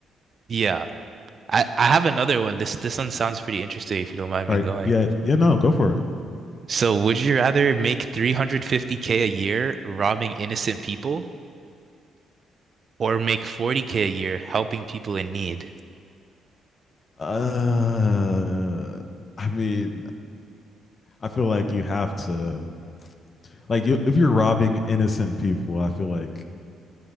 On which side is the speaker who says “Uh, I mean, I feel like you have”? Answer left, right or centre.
Left